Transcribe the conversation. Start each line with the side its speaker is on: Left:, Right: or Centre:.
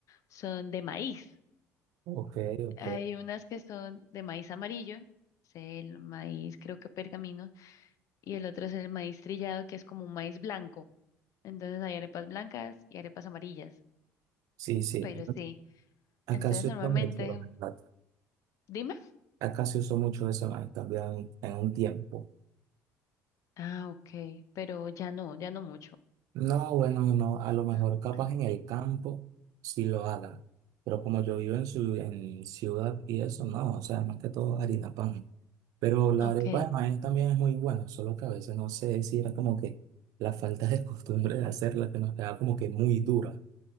Left: son de maíz.
Right: ok, ok.
Left: Hay unas que son de maíz amarillo, es el maíz creo que pergamino, y el otro es el maíz trillado que es como un maíz blanco. Entonces hay arepas blancas y arepas amarillas,
Right: Sí, sí.
Left: pero sí,
Right: Acá
Left: entonces
Right: se
Left: normalmente,
Right: usa mucho, la verdad.
Left: dime.
Right: Acá se usó mucho eso, man, también en un tiempo.
Left: Ah, ok, pero ya no, ya no mucho.
Right: No, bueno, no, a lo mejor
Left: <clears throat>
Right: capaz en el campo sí lo haga, pero como yo vivo en, su, en ciudad y eso, no, o sea, más que todo harina pan. Pero la
Left: Ok.
Right: arepa de maíz también es muy buena, solo que a veces no sé si era como que la falta de <laughs> costumbre de hacerla que nos quedaba como que muy dura,